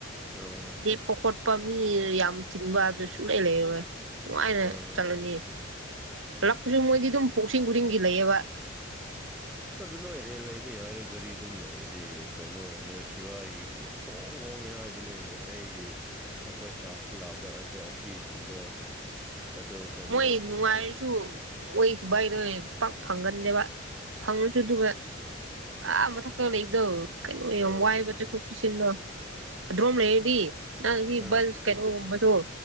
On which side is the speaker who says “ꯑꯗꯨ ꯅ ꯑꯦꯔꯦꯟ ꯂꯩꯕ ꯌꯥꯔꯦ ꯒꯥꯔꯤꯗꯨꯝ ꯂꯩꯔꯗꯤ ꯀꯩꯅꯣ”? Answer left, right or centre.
Centre